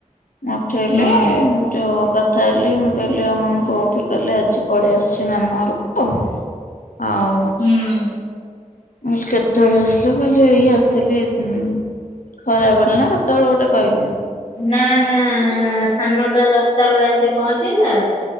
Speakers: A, on the left; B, on the left.
A: <unintelligible>
B: ହୁଁ
A: କଥା ହେଲି ମୁଁ କହିଲି ଆଉ ମାମୁଁ କୋଉଠି କହୀଲେ ଆଜି ପଳେଇ ଆସିଛି ମାମୁଁ ଘରକୁ ଆଉ
B: ହୁଁ।
A: ମୁ କେତେବେଳେ ଆସିଲା କହିଲେ ଏଇ ଆସିଲି ହୁଁ ଖରା ବେଳେ ନା କେତେବେଳେ ଗୋଟେ କହିଲେ।
B: ନା ନା ସାଡେ ନଟା ଦଶଟା ବେଳେ ଆସିି ପହଞ୍ଚିଲା